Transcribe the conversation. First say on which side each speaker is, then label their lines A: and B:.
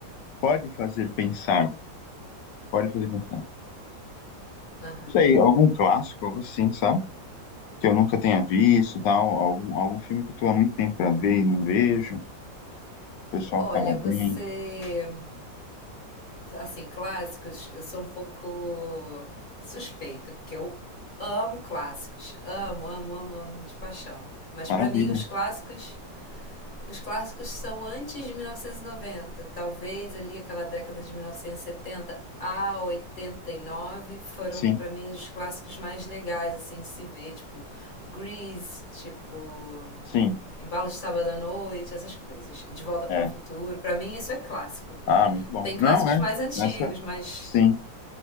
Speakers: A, on the left; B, on the left.
A: pode fazer pensar, pode fazer pensar. Não
B: Aham.
A: sei, algum clássico, algo assim, sabe? Que eu nunca tenha visto, tal, algum, algum filme que eu tô há muito tempo pra ver e não vejo. O pessoal
B: Olha,
A: fala bem,
B: você assim, clássicos, eu sou um pouco suspeita, porque eu amo clássicos. Amo, amo, amo, amo de paixão. Mas
A: maravilha.
B: pra mim, os clássicos os clássicos são antes de mil novecentos e noventa talvez ali aquela década de 1970 a oitenta e nove foram
A: Sim,
B: para mim os clássicos mais legais assim de se ver, tipo Grease, tipo
A: sim,
B: Embalo de Sábado à Noite, essas coisas. De Volta para
A: é.
B: o Futuro, para mim isso é clássico.
A: Ah, muito bom.
B: Tem clássicos
A: Não é
B: mais antigos,
A: nessa,
B: mas
A: sim,